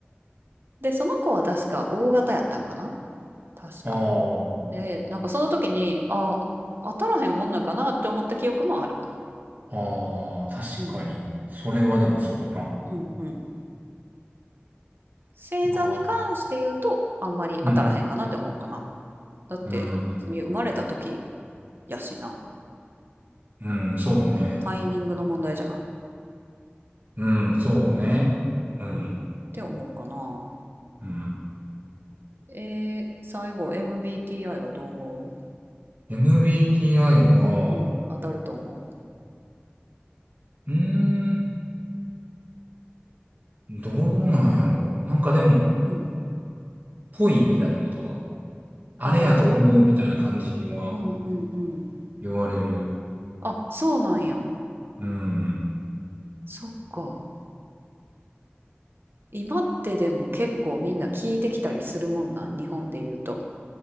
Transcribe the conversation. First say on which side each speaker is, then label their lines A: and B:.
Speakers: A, on the right; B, on the right.
A: で、その子は確か O 型やったんかな確か。
B: あ、あ
A: で、なんかその時に、あ、当たらへんもんなんかなって思った記憶もある。
B: あ、ああ、確かに。
A: うん。
B: それはでもそうやな。
A: うんうん。星座に関して言うと、
B: まあ、
A: あんまり当たらへんかなって思うかな。
B: うん。
A: だって、
B: うん。
A: 別に生まれた時やしな。
B: うん、そうね。
A: タイミングの問題じゃない。
B: うん、そうね。うん、
A: うん。って思うかな。
B: うん。
A: えー、最後 MBTI はどう思う
B: MBTI は、
A: うん、当たると思
B: うーん、どうなんやろう。なんかでも、
A: ううん。
B: ぽいみたいなことは、あれやと思うみたいな感じは
A: ああうんうんうん。
B: 言われる。
A: あ、そうなんや。
B: うん。
A: そっか。今ってでも結構みんな聞いてきたりするもんな、日本で言うと。